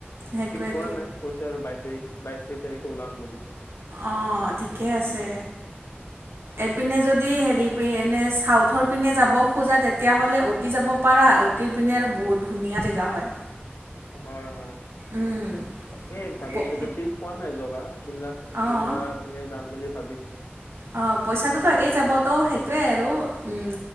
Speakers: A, on the right (about 85°); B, on the left (about 75°).
A: হেতুৱে
B: পোৱা নাই পইচা আৰু বাইশ তাৰিখ বাইশ ত্ৰিছ তাৰিখে ওলাম বুলি।
A: অ', ঠিকে আছে। এইপিনে যদি হেৰি <unintelligible> এনে চাউথৰ পিনে যাব খোজা তেতিয়াহ'লে অ'তি যাব পাৰা। অ'তি পিনে আৰু বহুত ধুনীয়া জেগা হয়।
B: হয়, হয়।
A: উম
B: তাকেই ভাবিছোতিটো
A: প-
B: ঠিক হোৱা নাই জগা, চিমলা
A: অঁ
B: চিমলা পিনে যাম বুলি ভাবিছো।
A: অ', পইচাটোতো
B: আৰু
A: একেই যাব, ত সেইটোৱেই আৰু। উম।